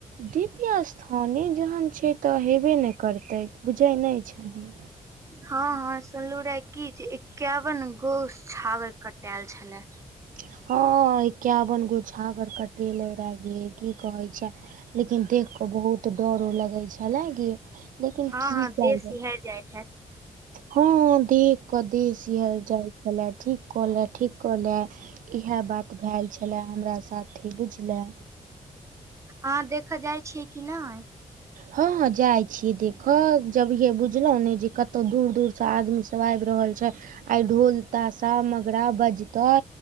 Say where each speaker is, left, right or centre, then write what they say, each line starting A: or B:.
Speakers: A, on the right (about 75°); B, on the right (about 20°).
A: दीव्य स्थाने जहनछय तऽ हेबे न करतय बुझैनहि छही।
B: हँ हँ सुनलहु रहे की जे एकावन गोस छागर कटायल छले।
A: हँ का एकाबन गोछागर कटेलेरे की कहयं छैं। लेकिन देखकऽ बहुत डरो लगय छलेगे लेकिन
B: हँ
A: की
B: हँ
A: केलजे
B: देश सिहर जाइत हेत।
A: हँ देखकऽ देह सिहेर जाइ छले ठीककहले ठीककहले। इहे बात भैल छलै, हमरा साथे बुझलै।
B: अहाँ देखऽ जाइ छियै कि नहि
A: हँ-हॅं जाय छीय देख, जबहिये बुझलहु ने जे कतौ दूर-दूर स आदमी सब आबि रहल छय आई ढोल-ताशा-मगरा बजतै